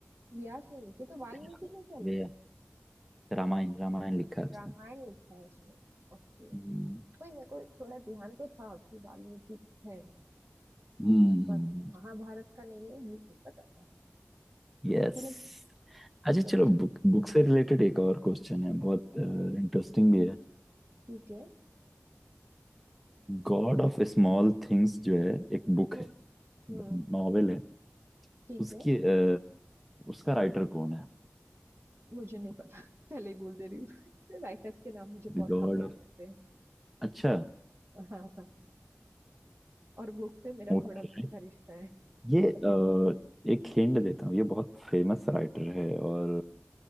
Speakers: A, on the right (about 60°); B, in the centre.
A: व्यास ने लिखी तो वाल्मीकि
B: व्या,
A: ने क्या लिखा
B: व्या,
A: था
B: रामायण रामायण लिखा है उसने
A: रामायण लिखा है उसने ओके
B: हम्म
A: कोई मेरे को थोड़ा ध्यान तो था कि वाल्मीकि है
B: हम्म
A: पर वो महाभारत का नहीं है ये नहीं पता था
B: यस
A: चलो good, मतलब
B: अच्छा चलो बुक बुक से रिलेटेड एक और क्वेश्चन है बहुत इंटरेस्टिंग भी है
A: ठीक है
B: गॉड ऑफ स्मॉल थिंग्स जो है एक बुक
A: हम्म
B: है
A: हम्म,
B: नॉवेल है
A: ठीक
B: उसकी
A: है
B: अ, उसका राइटर कौन है
A: मुझे नहीं पता <laughs> पहले ही बोल दे रही हूँ <laughs> राइटर्स के नाम मुझे बहुत
B: God
A: कम याद
B: of
A: रहते हैं
B: अच्छा
A: <laughs> हाँ हाँ और बुक से मेरा
B: ओके
A: थोड़ा दूर का रिश्ता है
B: ये अ, एक हिंट देता हूँ ये बहुत फेमस राइटर है और